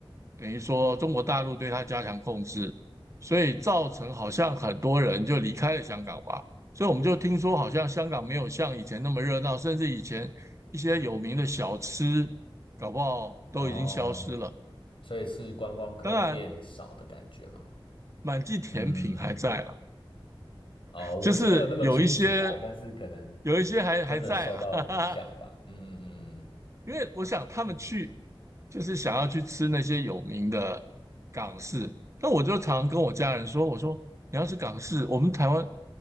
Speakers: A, on the right; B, on the left.
A: 等于说中国大陆对他加强控制，所以造成好像很多人就离开了香港吧。所以我们就听说，好像香港没有像以前那么热闹，甚至以前一些有名的小吃，搞不好都已经消失了。
B: 哦，所以是观光客变少的感觉吗？
A: 当然，满记甜品还在了，
B: 嗯，哦，我是没有那么清楚啦，
A: 就是有一些
B: 但是可能
A: 有一些还还在啦，
B: 真的受到影响吧。
A: <laughs> 哈哈哈。
B: 嗯嗯嗯，
A: 因为我想他们去
B: 好
A: 就是想要去吃那些有名的港式，那我就常跟我家人说，我说。你要是港式，我们台湾